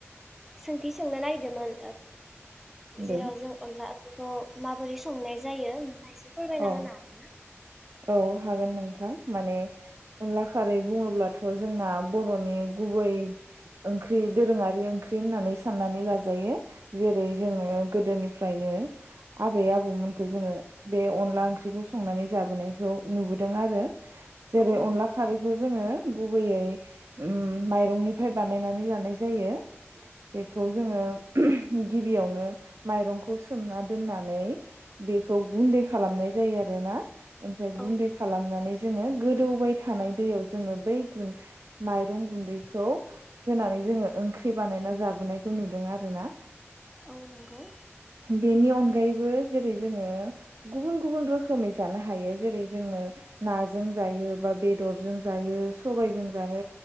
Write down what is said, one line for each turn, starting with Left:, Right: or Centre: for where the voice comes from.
Centre: सोंथि सोंनो नायदोंमोन
Right: दे
Centre: जेराव जों अनला बेखौ माबोरै संनाय जायो आ एसे फोरमायना
Right: अ
Centre: होनो हागोन ना?
Right: औ हागोन नोंथां माने अनला खारै बुङोब्लाथ' जोंना बर'नि गुबै ओंख्रि दोरोङारि ओंख्रि होननानै साननानै लाजायो जेरै जोङो गोदोनिफ्रायनो आबै आबौमोनखौ जोङो बे अनला ओंख्रिखौ संनानै जाबोनायखौ नुबोदों आरो जेरै
Centre: औ नों
Right: अनला खारैखौ जोङो गुबैयै उम माइरंनिफ्राय बानायनानै लानाय जायो बेखौ जोङो गिबियावनो माइरंखौ सोमना दोननानै बेखौ गुन्दै खालामनाय जायो आरोना ओमफ्राय
Centre: औ
Right: गुन्दै खालामनानै जोङो गोदौबाय थानाय दैयाव जोङो बै गु माइरं गुन्दैखौ होनानै जोङो ओंख्रि बानायना जाबोनायखौ नुदों आरो ना
Centre: औ नंगौ
Right: बेनि अनगा गायैबो जेरै जोङो गुबुन गुबुन रोखोमै जानो हायो जेरै जोङो नाजों जायो बा बेदरजों जायो सबायजों जानो